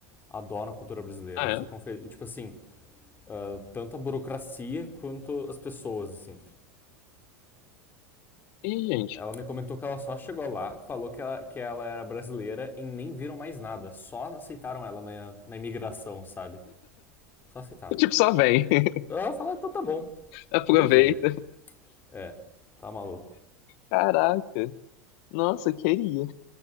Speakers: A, on the left; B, on the left.
A: Adoram a cultura brasileira.
B: Ah,
A: Eles
B: é?
A: ficam felizes. Tipo assim, ah, tanto a burocracia quanto as pessoas, assim.
B: Ih, gente.
A: Ela me comentou que ela só chegou lá, falou que ela, que ela era brasileira e nem viram mais nada. Só aceitaram ela na, na imigração, sabe? Só aceitaram.
B: <laughs> Tipo, só vem. <laughs>
A: Ela falou, então tá bom.
B: Aproveita.
A: Bem-vindo. É, tá maluco.
B: Caraca. Nossa, queria.